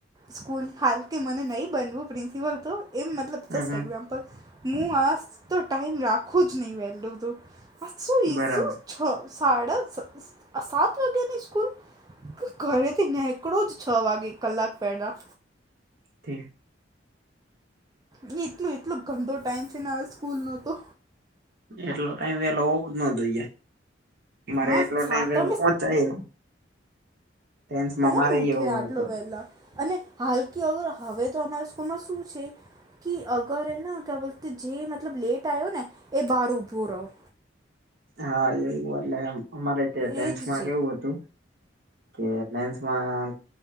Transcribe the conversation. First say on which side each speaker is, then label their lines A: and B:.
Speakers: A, on the right (about 20°); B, on the right (about 60°).
A: સ્કૂલ હાલ કે મને નહીં બનવું પ્રિન્સિપલ તો, એમ મતલબ
B: હમ
A: જસ્ટ
B: હમ
A: એક્ઝામ્પલ, હું આસ તો ટાઈમ રાખું જ નહીં વહેલું તું. <unintelligible>
B: બરાબર
A: સાત વાગાની સ્કૂલ? ઘરે થી નેકળો જ છ વાગે કલાક પહેલાં.
B: <inaudible>
A: ની એટલો-એટલો ગંદો ટાઈમ છેને હવે સ્કૂલનો તો.
B: એટલો ટાઈમ વેલો હોવો જ ન જોઈએ. મારે
A: હા
B: એટલો ટાઈમ
A: સાતમે
B: વેલો ચાય ટેન્થમાં
A: કોણ
B: મારે
A: ઉઠે
B: એ એવો
A: આટલો
B: હતો.
A: વહેલા અને હાલકી અગર હવે તો અમારા સ્કૂલમાં શું છે. કે અગર એ ના ક્યાં બોલતે હે જે મતલબ લેટ આયો ને એ બહાર ઊભો ર. <inaudible>
B: હા એવું એટલે એમ અમારે તે ટેન્થમાં
A: એજ છે
B: કેવું હતું. કે ટેન્થમાં